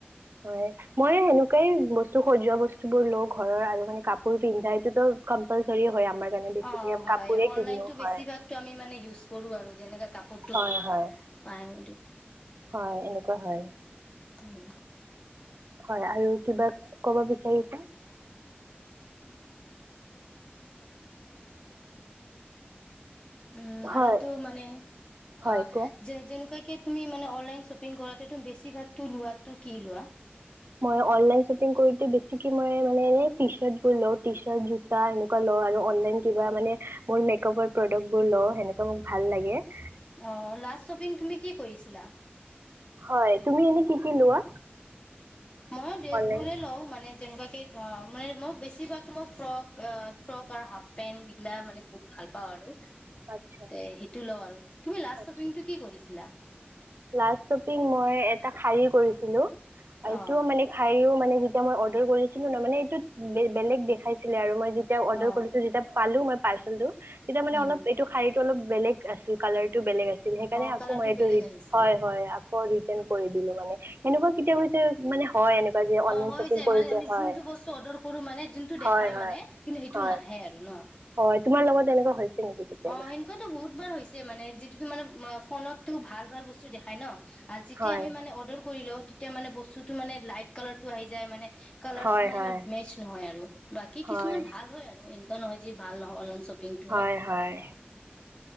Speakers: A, on the right; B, on the left.
A: হয় মই সেনক কেই বস্তু সজোৱা বস্তু বোৰ লো ঘৰৰ আৰু মানে কাপোৰ পিন্ধাই এইটোতো কম্পালচৰি হয় আমাৰ কাৰণে বেছিকে
B: অ হয়
A: কাপোৰে
B: অনলাইনতো
A: কিনো
B: বেছিভাগতো
A: হয়
B: আমি মানে ইউজ কৰো আৰু যেনেকে কাপোৰতটো
A: হয়
B: ভাল
A: হয়
B: প কি?
A: হয় এনেকুৱা হয়।
B: উম
A: হয় আৰু কিবা কব বিচাৰিছ।
B: উম
A: হয়
B: আৰুটো মানে অ
A: হয় কোৱা
B: যে যেনেকুৱাক তুমি মানে অনলাইন শ্বপিং কৰাতে তু বেছিভাগতো লোৱাতটো কি লোৱা
A: মই অনলাইন শ্বপিং বেছিকে মই মানে ট্ৰি চাত জোতা এনেকোবা অনলাইন কিবা মানে মেকাপৰ প্ৰদাকৰ সামগ্ৰী লউ মানে ভাল লাগিল।
B: অ লাষ্ট শ্বপিং তুমি কি কৰিছিলা?
A: হয় তুমি এনেই কি কি লোৱা?
B: মই ড্ৰেছ
A: অনলাইন?
B: বোৰে লওঁ মানে যেনেকুৱা কেেই অ মানে মই বেছিভাগো মই ফ্ৰক ফ্ৰক আৰু হাফ পেন্ট এইগিলা মানে বুত ভাল পাওঁ আৰু
A: আচ্ছা,
B: তে সেইটো লও আৰু তুমি লাষ্ট
A: আচ্ছা।
B: শ্বপিংতটো কি কৰিছিলা
A: লাষ্ট শ্বপিং মই এটা শাৰি কৰিছিলো। এইটো
B: অ
A: মানে শাৰীও। মান যেতিয়া মই অৰ্ডাৰ কৰিছিলো ন মানে এই বেলেগ দেখাইছিলে আৰু মই তেতিয়া অৰ্ডাৰ
B: অ
A: কৰিলো যেতিয়া পালো মই পাইছোন তো তেতিয়া মানে
B: উম
A: অলপ এইটো শাৰ়ীত অল বেলেগ আছিল কালাৰ টো বেলেগ আছিল ছিল সেইকাৰণে
B: অ
A: আকৌ
B: কালাৰটো
A: মই এইটো
B: বেলেগ আহিছিলে
A: হয় হয় আকৌ ৰিটাৰ্ণ
B: অ
A: কৰি দিলো মানে এনেকুৱা কেতিয়াবা কেতিয়াবা মানে হয় এনেকুৱা যে অনলাইন
B: অ হৈ
A: শ্বপিং
B: যায়
A: কৰোঁতে
B: মানে আমি
A: হয়
B: যোনটো বস্তু অৰ্ডাৰ কৰো মানে যোনটো
A: হয়
B: দেখাই
A: হয়
B: মানে কিন্তু সেইটো
A: হয়
B: নাহে আৰু ন
A: হয় তোমাৰ লগত এনেকুৱা হৈছে নেকি কেতিয়াবা
B: অ এনেকোৱাতো বহুত বাৰ হৈছে মানে যিটো কি মানে ফোনততো ভাল ভাল বস্তু দেখাই ন আৰু যেতিয়া
A: হয়
B: আমি মানে অৰ্ডাৰ কৰিলো তেতিয়া মানে বস্তুটো মানে লাইট কালাৰ টো আহি যায় মানে কালাৰটো
A: হয়
B: মানে
A: হয়
B: ইমান মেচ নহয় আৰু বাকী
A: হয়
B: কিছুমান ভাল হয় আৰু এনেকুৱা নহয় যি ভাল নহয় অনলাইন শ্বপ টো
A: হয় হয়